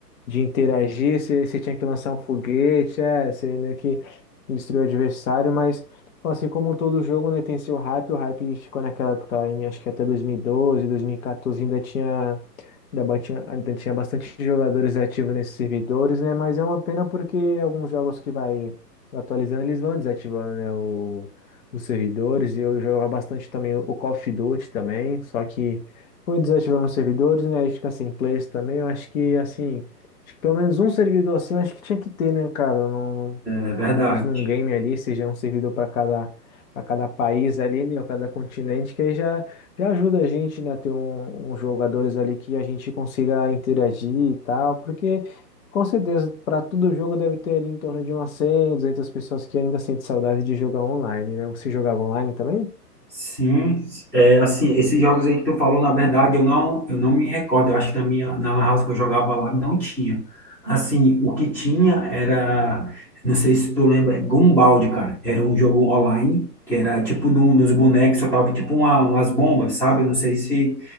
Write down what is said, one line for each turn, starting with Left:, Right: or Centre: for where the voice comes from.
Left: de interagir, você, você tinha que lançar um foguete, é, você meio que destruiu o adversário, mas pô, assim como todo jogo, né, tem seu hype, o hype ficou naquela época, em, acho que até 2012, 2014 ainda tinha Ainda ba- tinha, ainda tinha bastante jogadores ativos nesses servidores, né? Mas é uma pena porque alguns jogos que vai atualizando, eles vão desativando, né? O, os servidores. E eu jogava bastante também o Call of Duty também. Só que foi desativando os servidores, né? Aí fica sem players também. Eu acho que, assim, acho que pelo menos um servidor assim, eu acho que tinha que ter, né, cara? Eu Não,
Centre: É verdade.
Left: pelo menos num game ali, seja um servidor para cada, para cada país ali, né, ou cada continente, que aí já, já ajuda a gente, né, a ter um, uns jogadores ali que a gente consiga interagir e tal, porque com certeza para todo jogo deve ter ali em torno de umas 100, 200 pessoas que ainda sentem saudade de jogar online, né? Você jogava online também?
Centre: Sim, é, assim, esses jogos aí que tu falou, na verdade, eu não, eu não me recordo. Eu acho que na minha, na Lan House que eu jogava lá não tinha. Assim, o que tinha era, não sei se tu lembra, Gumball, cara. Era um jogo online que era tipo de um dos bonecos, só tava tipo uma, umas bombas, sabe? Eu não sei se